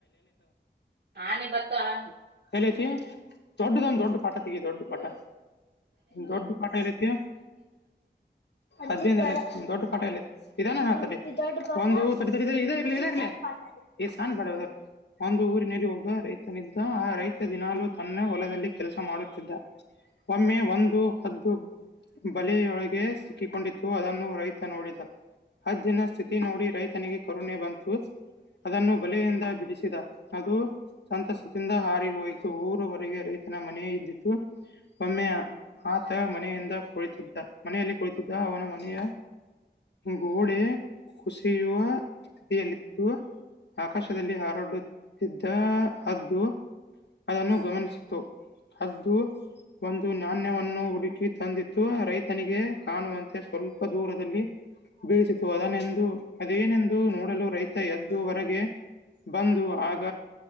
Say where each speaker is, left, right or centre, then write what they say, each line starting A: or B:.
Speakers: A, on the right; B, on the left.
A: ಆನೆ ಬತ್ತು ಆನೆ
B: ಎಲತಿ ದೊಡ್ಡದ ಒಂದ್ ದೊಡ್ಡ ಪಾಠ ತಗಿ ದೊಡ್ಡ ಪಾಠ ದೊಡ್ಡ ಪಾಠ ಹೇಳತಿ ಅದತಿ ದೊಡ್ಡ ಪಾಠ ಎಲ್ಲತ್ ಇದಾನೇ ಹಾತದೆ ಇ ದೊಡ್ಡ್ ಒಂದು <unintelligible> ಇದೇ ಇರ್ಲಿ ಇದ ಇರ್ಲಿ ಈ ಸ್ ಬೇಡದ ಒಂದು ಊರಿನಲ್ಲಿ ಹೋಗ ರೈತನಿದ್ದ ಆ ರೈತ ದಿನಾಲೂ ತನ್ನ ಹೊಲದಲ್ಲಿ ಕೆಲಸ ಮಾಡುತ್ತಿದ್ದ ಒಮ್ಮೆ ಒಂದು ಹದ್ದು ಬಲಿಯೊಳಗೆ ಸಿಕ್ಕಿಕೊಂಡಿತ್ತು ಅದನ್ನು ರೈತ ನೋಡಿದ ಹದ್ದಿನ ಸ್ಥಿತಿ ನೋಡಿ ರೈತನಿಗೆ ಕರುಣೆ ಬಂತು ಅದನ್ನು ಬಲೆಯಿಂದ ಬಿಡಿಸಿದ ಅದು ಸಂತಸದಿಂದ ಹಾರಿ ಹೋಯಿತು ಊರವರೆಗೆ ರೈತನ ಮನೆ ಇದ್ದಿತು ಒಮ್ಮೆ ಆತ ಮನೆಯಿಂದ ಕುಳಿತಿದ್ದ ಮನೆಯಲ್ಲಿ ಕುಳಿತಿದ್ದ ಅವನ ಮನೆಯ ಗೋಡೆ ಕುಸಿಯುವ ಸ್ಥಿತಿಯಲ್ಲಿತ್ತು ಆಕಾಶದ <unintelligible> ಹಾರಾಡುತ್ತಿದ್ದ ಹದ್ದು ಅದನ್ನು ಗಮನಿಸಿತು ಹದ್ದು ಒಂದು ನಾಣ್ಯವನ್ನು ಹುಡುಕಿ ತಂದಿತ್ತು ರೈತನಿಗೆ ಕಾಣುವಂತೆ ಸ್ವಲ್ಪ ದೂರದಲ್ಲಿ ಬೀಳಸಿತು ಅದನೆಂದು ಅದೇನೆಂದು ನೋಡಲು ರೈತ ಎದ್ದುವರೆಗೆ ಬಂದು ಆಗ